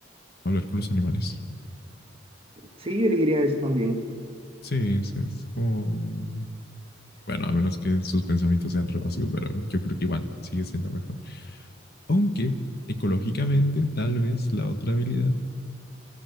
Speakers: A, on the left; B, on the right.
A: hablar con los animales.
B: Sí, yo elegiría eso también.
A: Sí, es, es como. Bueno, a menos que sus pensamientos sean re básicos, pero yo creo que igual sigue siendo mejor. Aunque ecológicamente, tal vez la otra habilidad,